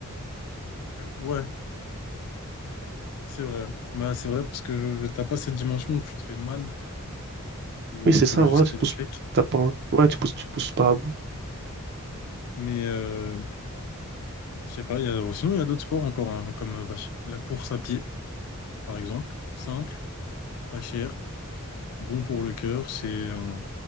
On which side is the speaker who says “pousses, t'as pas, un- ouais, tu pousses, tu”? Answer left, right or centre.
Right